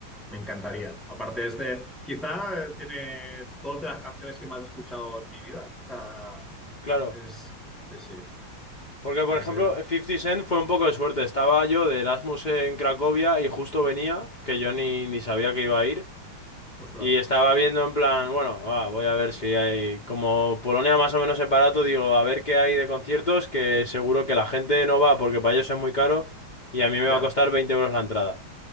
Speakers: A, in the centre; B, on the left (about 60°).
A: me encantaría. Aparte es de, quizá eh, tiene dos de las canciones que más he escuchado en mi vida. O sea,
B: Claro,
A: es, sí, sí,
B: porque por
A: es,
B: ejemplo,
A: eh,
B: 50 Cent fue un poco de suerte. Estaba yo de Erasmus en Cracovia y justo venía, que yo ni, ni sabía que iba a ir.
A: ostras,
B: Y estaba viendo en plan, bueno, ah, voy a ver si hay, como Polonia más o menos es barato, digo, a ver qué hay de conciertos, que seguro que la gente no va porque para ellos es muy caro y a mí me
A: ya,
B: va a costar 20 euros la entrada.